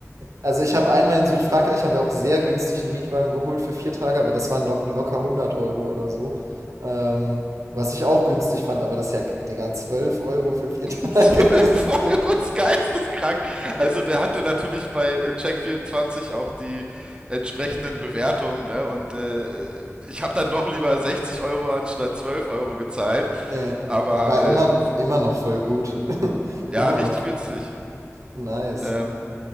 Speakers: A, on the right (about 70°); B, on the right (about 20°).
A: also ich habe einmal in Südfrankreich, haben wir auch sehr günstigen Mietwagen geholt für vier Tage, aber das waren lock, locker hundert Euro oder so. Ähm, was ich auch günstig fand, aber das ist ja, Digga, 12 Euro für vier
B: <laughs>
A: <laughs> Tage
B: 12
A: ist.
B: Euro ist geisteskrank. Also der hatte natürlich bei äh, Check24 auch die entsprechenden Bewertungen, ne? Und äh, äh, ich habe dann doch lieber 60 Euro anstatt 12 Euro gezahlt.
A: Äh,
B: Aber
A: aber
B: äh,
A: immer, immer noch voll gut. <laughs> Immer
B: ja, richtig
A: noch
B: günstig.
A: nice.
B: Ähm,